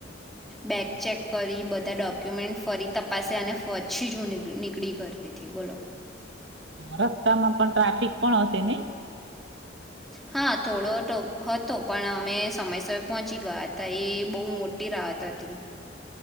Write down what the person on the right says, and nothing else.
રસ્તામાં પણ ટ્રાફિક પણ, હશે નહીં.